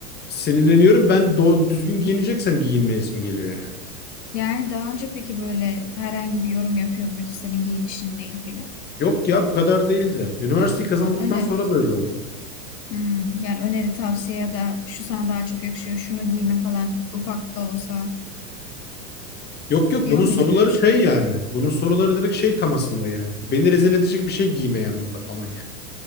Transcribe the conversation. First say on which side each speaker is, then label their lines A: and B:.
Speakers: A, on the left (about 20°); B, on the left (about 80°).
A: sinirleniyorum. Ben do düzgün giyineceksem giyinmeyesim geliyor yani.
B: Yani daha önce peki böyle herhangi bir yorum yapıyor muydu senin giyinişinle ilgili?
A: Yok ya bu kadar değil de. Üniversiteyi kazandıktan
B: Öne,
A: sonra
B: e,
A: böyle oldu.
B: Hmm, yani öneri, tavsiye ya da şu sana daha çok yakışıyor, şunu giyme falan ufak da olsa
A: Yok yok
B: diyor
A: bunun
B: muydu
A: soruları
B: öyle bir şey?
A: şey yani. Bunun soruları direkt şey tamasında yani. Beni rezil edecek bir şey giyme yanımda falan yani.